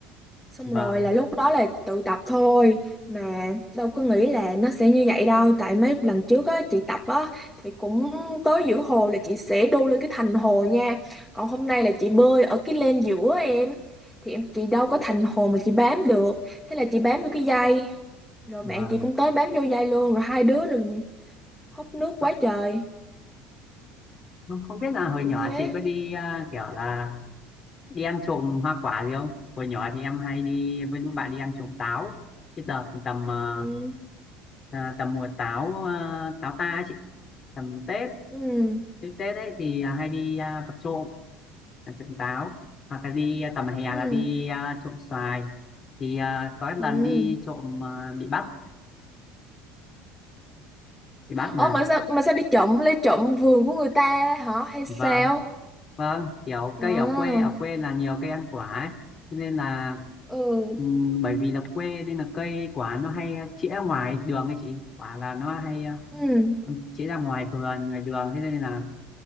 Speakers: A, in the centre; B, on the left.
A: xong
B: Vâng,
A: rồi là lúc đó là tự tập thôi mà đâu có nghĩ là nó sẽ như vậy đâu tại mấy lần trước á chị tập á thì cũng tới giữa hồ là chị sẽ đu lên cái thành hồ nha còn hôm nay là chị bơi ở cái len giữa á em thì em chị đâu có thành hồ mà chị bám được thế là chị bám vô cái dây rồi
B: vâng.
A: bạn chị cũng tới bám vô dây luôn rồi hai đứa lần húp nước
B: Ờ,
A: quá trời
B: Không không biết là hồi
A: kiểu
B: nhỏ
A: thế
B: chị có đi ờ, kiểu là đi ăn trộm hoa quả gì không? Hồi nhỏ thì em hay đi với lũ bạn đi ăn trộm táo. Cái đợt tầm à,
A: ừ
B: à, tầm mùa táo à, táo ta ấy chị tầm Tết
A: ừ
B: cái Tết ấy thì à, hay đi à, vặt trộm à, trộm táo hoặc là đi à, tầm hè là
A: ừ
B: đi à, trộm xoài thì à, có một
A: ừ
B: lần đi trộm à, bị bắt bị bắt mà
A: ơ mà sao mà sao đi trộm lấy trộm vườn của người ta hả hay
B: vâng
A: sao
B: vâng kiểu
A: à
B: cây ở quê ở quê là nhiều cây ăn quả ấy. Cho nên là
A: ừ
B: ừm, bởi vì là quê nên là cây quả nó hay chĩa ngoài đường ấy chị quả là nó hay à,
A: ừ
B: chĩa ra ngoài vườn ngoài đường thế nên là